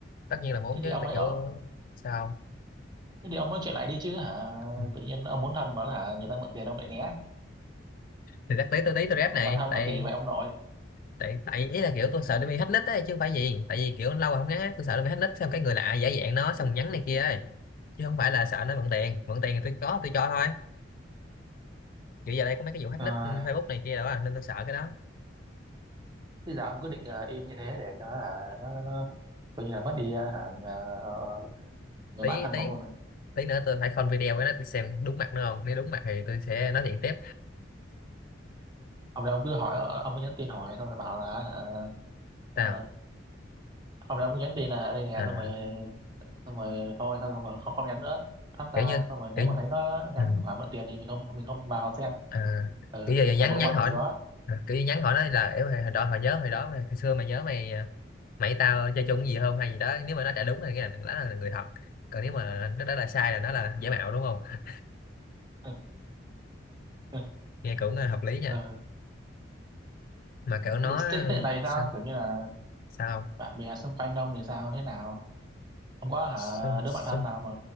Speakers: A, on the left; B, on the right.
A: tất nhiên là muốn
B: Thế
A: chứ
B: thì ông
A: tại
B: ấy
A: kiểu
B: ờ,
A: sao không?
B: thế thì ông nói chuyện lại đi chứ hả
A: Ừ.
B: tự nhiên ông muốn thân mà hả người ta mượn tiền ông lại né
A: thì chắc tí tôi tí tôi rep
B: Ủa,
A: này
B: bản thân
A: tại
B: mà kỳ vậy ông nội
A: tại tại ý là kiểu tôi sợ nó bị hack nick ấy chứ không phải gì tại vì kiểu lâu rồi không nhắn tôi sợ nó bị hack nick xong cái người lạ giả dạng nó xong nhắn này kia ấy chứ không phải là sợ nó mượn tiền mượn tiền thì tôi có tôi cho thôi kiểu giờ đây có mấy cái vụ hack
B: à,
A: nick ừ, Facebook này kia đó à, nên tôi sợ cái đó
B: thế giờ ông cứ định ờ, im như thế để cho hả nó nó coi như là mất đi ờ, hả ờ, người
A: tí
B: bạn thân
A: tí
B: của ông luôn này
A: tí nữa tôi phải call video với nó tôi xem đúng mặt nó không nếu đúng mặt thì tôi sẽ nói chuyện tiếp
B: ông đây ông cứ hỏi ờ, ông cứ nhắn tin hỏi xong rồi bảo là hả
A: <laughs>
B: ờ,
A: sao
B: ông đây ông cứ nhắn tin là đây nè
A: à
B: xong rồi xong rồi thôi xong xong rồi không không nhắn nữa thoát ra
A: kiểu như
B: xong rồi nếu
A: kiểu
B: mà thấy nó nhắn
A: ừ.
B: hỏi mượn tiền thì mình không mình không vào xem
A: à,
B: ừ,
A: kiểu giờ nhắn
B: giả bộ
A: nhắn
B: bận
A: hỏi
B: gì đó
A: à, kiểu như nhắn hỏi nó là kiểu hồi hồi đó hồi nhớ hồi đó mà hồi xưa mày nhớ mày à, mày với tao chơi chung cái gì không hay gì đó nếu mà nó trả đúng thì cái này đó là người thật còn nếu mà nó đó là sai là nó là giả mạo đúng không
B: <laughs> ừ,
A: nghe cũng à, hợp lý nha
B: ừ.
A: mà kiểu nó
B: Thế, thế thế này sao
A: sao
B: kiểu như là
A: sao
B: bạn bè xung quanh đông thì sao thế nào Ông có hả
A: xung,
B: đứa
A: xung,
B: bạn thân nào mà